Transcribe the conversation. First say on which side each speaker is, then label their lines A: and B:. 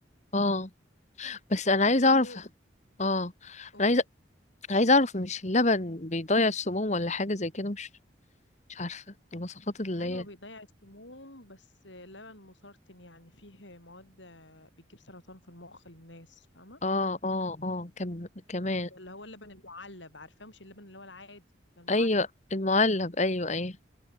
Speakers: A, on the left; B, on the left.
A: اه بس انا
B: هيقول
A: عايزه اعرف
B: له
A: اه
B: قول-
A: انا عايزه عايزه اعرف مش اللبن بيضيع السموم ولا حاجه زي كده مش مش عارفه المواصفات اللي
B: ايوه
A: هي
B: بيضيع السموم بس اللبن مسرطن يعني فيه مواد بتجيب سرطان في المخ للناس فاهمه
A: اه اه اه كم... كمان
B: اللي هو اللبن المعلب عارفاه مش اللبن اللي هو العادي ده المعلب
A: ايوه المعلب ايوه ايوه